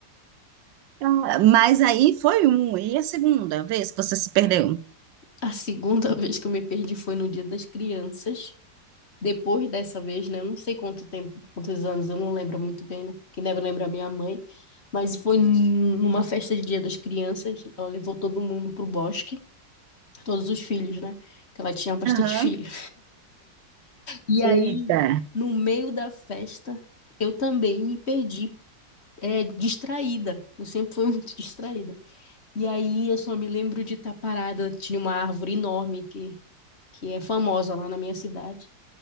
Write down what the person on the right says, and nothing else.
Ah, Mas aí foi um, e a segunda vez que você se perdeu?
Aham.
Eita.